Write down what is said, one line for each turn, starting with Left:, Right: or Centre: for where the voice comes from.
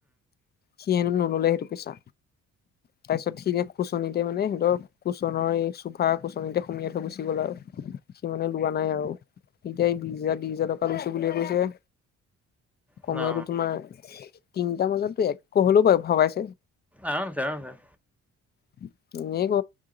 Left: সি হেনো নললে সেইটো পিছা তাৰপিছত সি যে খোজ কুচনিতে মানে সিঁৰ কুচনৰ এই চোফা কুচননিতে সুমিয়াই থৈ গুচি গ'ল আৰু। সিমানে লোৱা নাই আৰু এতিয়া বিশ হাজাৰ বিশ হাজাৰ টকা লৈছো বুলিয়ে কৈছে। কমেওতো
Centre: অ,
Left: তোমাৰ তিনটা বজাতো এক হ'লেও বাৰু ভাবাইছ
Centre: আৰামচে আৰামচে।
Left: <inaudible> এনে ক